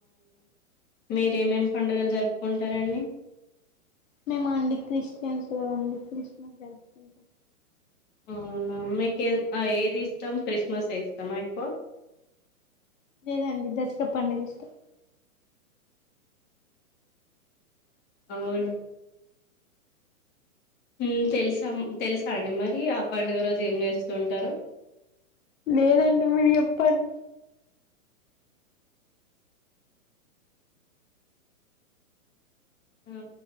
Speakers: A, on the left; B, on the left.
A: మీరేమేమ్ పండుగలు జరుపుకుంటారండి.
B: మేమ అండి క్రిస్టియన్స్ కదండి క్రిస్మస్ జరుపుకుంటాం.
A: అవునా మీకెన్ ఆ ఏది ఇష్టం క్రిస్మస్ ఏ ఇష్టమా ఎక్కో
B: లేదండి దసర పండగ ఇష్టం.
A: అవునా ఊ తెలుసా తెలుసా అండి మరి ఆ పండగ రోజు ఏం చేస్తూ ఉంటరో
B: లేదండి మీరు చెప్పండి.
A: ఆ